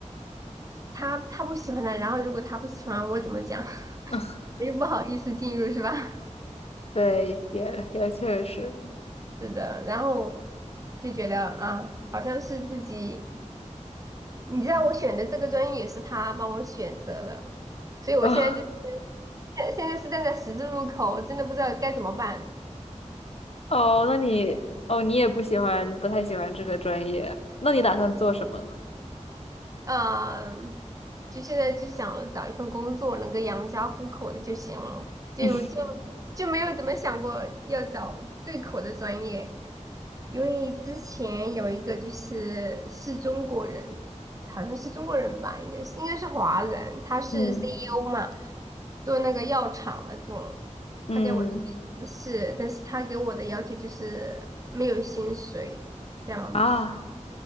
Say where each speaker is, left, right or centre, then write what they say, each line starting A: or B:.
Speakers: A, on the right (about 30°); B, on the left (about 55°).
A: 他他不喜欢的，然后如果他不喜欢我怎么讲，<laughs>
B: <laughs>
A: 我又不好意思进入是吧？
B: 对，也也确实。
A: <laughs> 是的，然后就觉得啊，好像是自己，你知道我选的这个专业也是他帮我选择的，所以我现在就是现现在是站在十字路口，
B: 哦
A: 我真的不知道该怎么办。
B: 哦，那你哦，你也不喜欢，不太喜欢这个专业，那你打算做什么呢？
A: 嗯，就现在就想找一份工作能够养家糊口的就行了，就就
B: <laughs>
A: 就没有怎么想过要找对口的专业。因为之前有一个就是是中国人，好像是中国人吧，应该是应该是华人，他是
B: 嗯嗯
A: CEO 嘛，做那个药厂的这种，
B: 嗯
A: 他叫我去面试，但是他给我的要求就是没有薪水这样子，
B: 啊，